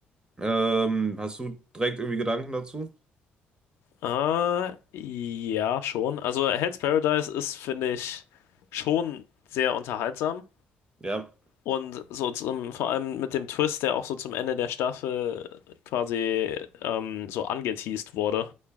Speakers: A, on the right (about 20°); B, on the left (about 80°).
A: Ähm, hast du direkt irgendwie Gedanken dazu?
B: Äh, ja, schon. Also Hell's Paradise ist, finde ich, schon sehr unterhaltsam.
A: Ja.
B: Und so zum, vor allem mit dem Twist, der auch so zum Ende der Staffel quasi ähm, so angeteased wurde,